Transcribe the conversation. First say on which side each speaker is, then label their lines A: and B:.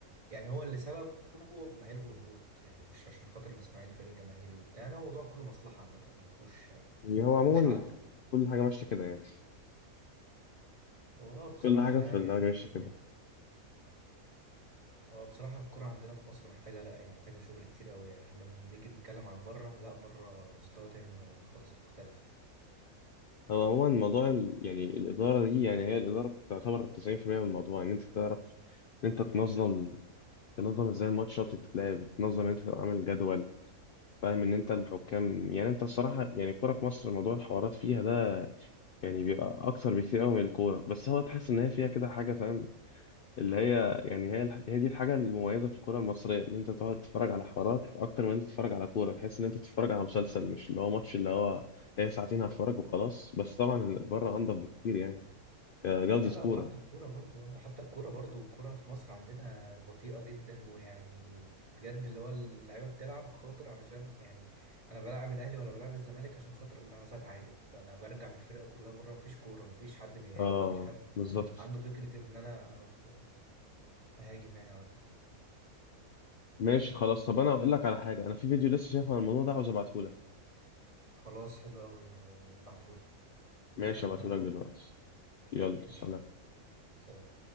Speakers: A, on the right; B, on the left.
A: يعني هو اللي سببه ما هيلغوا الهبوط يعني مش عشان خاطر الاسماعيلي فريق جماهيري وبتاع يعني هو الموضوع كله مصلحه عامه ما فيهوش ما
B: هو عموما
A: فيهوش عدل
B: كل حاجه ماشيه كده يعني
A: واه بصراحة
B: كل حاجه في
A: يعني
B: الدوري
A: يعني
B: ماشيه كده
A: هو بصراحة الكرة عندنا في مصر محتاجة لأ هي محتاجة شغل كتير قوي يعني احنا بنيجي نتكلم عن بره لأ بره مستوى تاني خالص مختلف
B: هو عموما موضوع ال... يعني الاداره دي يعني هي الاداره تعتبر 90% من الموضوع ان انت تعرف ان انت تنظم تنظم ازاي الماتشات تتلعب تنظم ان انت تبقى عامل جدول فاهم ان انت الحكام يعني انت الصراحه يعني الكوره في مصر موضوع الحوارات فيها ده يعني بيبقى اكثر بكتير قوي من الكوره بس هو تحس ان هي فيها كده حاجه فاهم اللي هي يعني هي الح- هي دي الحاجه المميزه في الكوره المصريه ان انت تقعد تتفرج على حوارات اكتر من انت تتفرج على كوره تحس ان انت بتتفرج على مسلسل مش اللي هو ماتش اللي هو هي ساعتين هتفرج وخلاص بس طبعا بره انضف بكتير يعني آه، جوده
A: لا لا وحتى
B: كوره
A: الكورة برضو وحتى الكورة برضو الكورة في مصر عندنا بطيئة جدا ويعني بجد اللي هو اللعيبة بتلعب خاطر علشان يعني أنا بلعب الأهلي ولا بلعب الزمالك عشان خاطر إن أنا عايز أتعادل فأنا برجع بالفرقة كلها بره مفيش كورة مفيش حد بيهاجم
B: اه
A: مفيش حد
B: بالظبط
A: عنده فكرة إن أنا أقعد أهاجم يعني على طول
B: ماشي خلاص طب انا هقول لك على حاجه انا في فيديو لسه شايفه عن الموضوع ده عاوز ابعته لك
A: خلاص حلو أوي ابعتهولي ونتكلم
B: ماشي ابعته
A: بعدين
B: لك دلوقتي يلا
A: ماشي
B: سلام
A: سلام